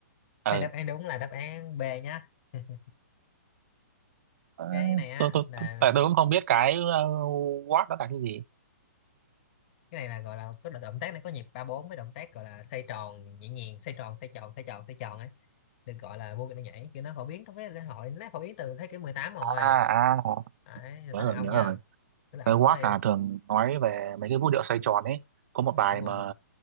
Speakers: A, on the right; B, on the left.
A: Ừ.
B: thế đáp án đúng là đáp án B nhá <laughs>
A: Ờ,
B: cái này á
A: Tôi tôi
B: là
A: tôi- tại tôi cũng không biết cái uh, Watt đó là cái gì.
B: cái này là gọi là có động tác này có nhịp ba bốn với động tác gọi là xoay tròn nhẹ nhàng xoay tròn xoay tròn xoay tròn xoay tròn ấy được gọi là vô cái nhảy kiểu nó phổ biến trong cái lễ hội nó phổ biến từ thế kỷ 18 rồi
A: À à
B: đấy rồi
A: nhớ
B: tới
A: rồi
B: là ông
A: nhớ
B: nha
A: rồi.
B: tới là ông
A: Cái Watt
B: đổ đi
A: là thường nói về mấy cái vũ điệu xoay tròn ấy. Có một bài
B: đúng
A: mà
B: rồi